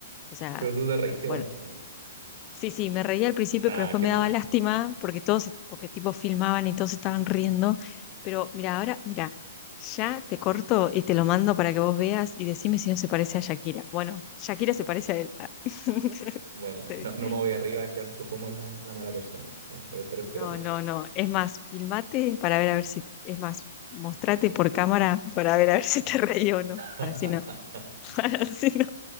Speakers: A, on the left; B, on the right.
A: O sea...
B: Pero tú te reíste
A: Bueno,
B: igual, ¿o no?
A: Sí, sí, me reía al principio,
B: Nah,
A: pero después
B: qué
A: me
B: mal.
A: daba lástima porque todos, se- porque tipo filmaban y todos estaban riendo. Pero mira, ahora, mira, ya te corto y te lo mando para que vos veas y decime si no se parece a Shakira. Bueno, Shakira se parece a él. <laughs>
B: Bueno,
A: Te-
B: no, no me voy arriba a quedar tú como la, la mala persona. Ya, Lo voy a estar esperando.
A: No, no, no. Es más, filmate para ver a ver si, es más, mostrate por cámara para ver a ver si te <laughs> reí o no. Para
B: <laughs>
A: si no, <laughs> para si no,